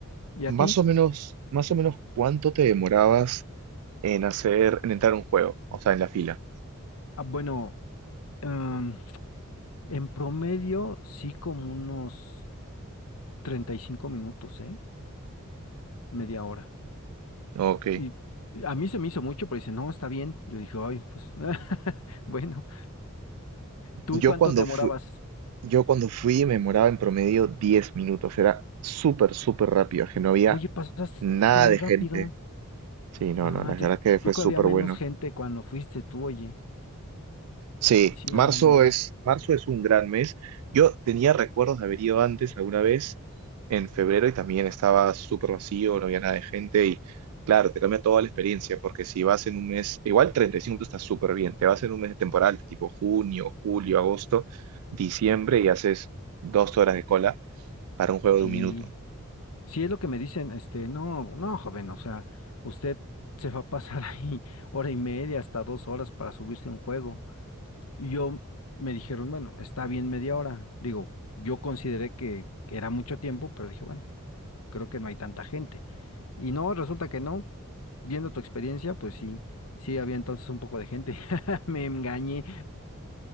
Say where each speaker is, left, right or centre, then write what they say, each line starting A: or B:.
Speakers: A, on the left; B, on the right.
A: ¿Y a
B: Más
A: ti?
B: o menos, más o menos, ¿cuánto te demorabas en hacer, en entrar a un juego? O sea, en la fila.
A: Ah, bueno, em, en promedio sí como unos 35 minutos, ¿eh? Media hora.
B: Ok.
A: Y a mí se me hizo mucho, pero dice, no, está bien. Yo dije, ay, pues, <laughs> bueno, ¿tú
B: Yo
A: cuánto
B: cuando
A: te demorabas?
B: fui, yo cuando fui me demoraba en promedio 10 minutos. Era súper, súper rápido, que no había
A: Oye, pasaste
B: nada
A: muy
B: de
A: rápido.
B: gente. Sí, no,
A: Ah,
B: no, la verdad
A: yo,
B: que fue
A: yo creo
B: súper
A: había menos
B: bueno.
A: gente cuando fuiste tú, oye.
B: Sí,
A: Sí,
B: marzo
A: había menos.
B: es, marzo es un gran mes. Yo tenía recuerdos de haber ido antes alguna vez en febrero y también estaba súper vacío, no había nada de gente y claro, te cambia toda la experiencia porque si vas en un mes, igual 35 está súper bien, te vas en un mes de temporada tipo junio, julio, agosto, diciembre y haces dos horas de cola para un juego
A: Sí,
B: de un minuto.
A: sí es lo que me dicen, este, no, no, joven, o sea, usted se va a pasar <laughs> ahí hora y media hasta dos horas para subirse a un juego. Y yo me dijeron, bueno, está bien media hora. Digo, yo consideré que era mucho tiempo, pero dije, bueno. creo que no hay tanta gente. Y no, resulta que no. Viendo tu experiencia, pues sí, sí había entonces un poco de gente. <laughs> Me engañé.